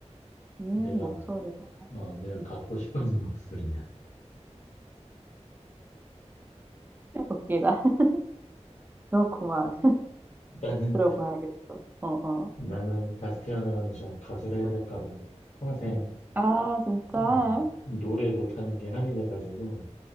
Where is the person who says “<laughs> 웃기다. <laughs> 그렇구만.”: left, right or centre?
Right